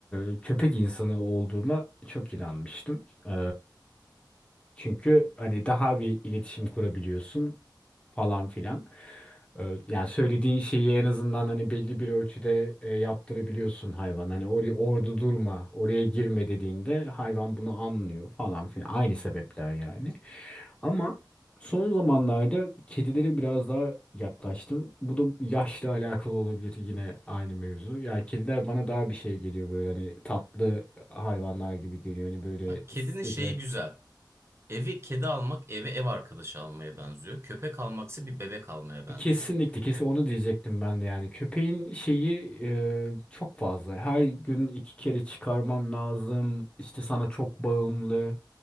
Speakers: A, on the left; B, on the right.
A: e, köpek insanı olduğuma çok inanmıştım. E, Çünkü hani daha bir iletişim kurabiliyorsun falan filan. E, Yani söylediğin şeyi en azından hani belli bir ölçüde e, yaptırabiliyorsun hayvan. Hani oraya orada durma, oraya girme dediğinde hayvan bunu anlıyor falan filan. Aynı sebepler yani. Ama son zamanlarda kedilere biraz daha yaklaştım. Bu da yaşla alakalı olabilir yine aynı mevzu. Yani kediler bana daha bir şey geliyor böyle hani tatlı hayvanlar gibi geliyor. Hani böyle
B: Bak kedinin
A: sıcak.
B: şeyi güzel. Evi kedi almak eve ev arkadaşı almaya benziyor. Köpek almaksa bir bebek almaya benziyor.
A: Kesinlikle kesin onu diyecektim ben de yani. Köpeğin şeyi e, çok fazla. Her gün iki kere çıkarman lazım. İşte sana çok bağımlı.